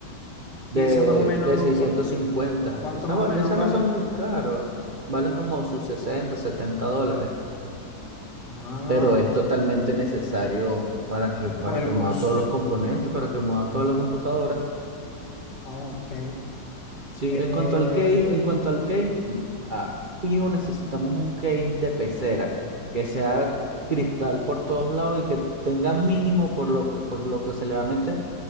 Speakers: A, on the right (about 40°); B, on the left (about 65°).
A: de,
B: ¿Y esa más o menos,
A: de 650.
B: cua- cuánto
A: Esas,
B: más
A: va-
B: o menos
A: esas
B: vale?
A: no son muy caros, valen como sus 60, 70 dólares.
B: Ah,
A: pero es totalmente necesario para que, para
B: por el
A: que
B: cons...
A: mueva todos los componentes, para que mueva toda la computadora.
B: ah, Ok.
A: Sí,
B: Eh,
A: en cuanto al case, en cuanto al case, ah, fijo, necesitamos un case de pecera que sea cristal por todos lados y que tenga mínimo por lo que, por lo que se le va a meter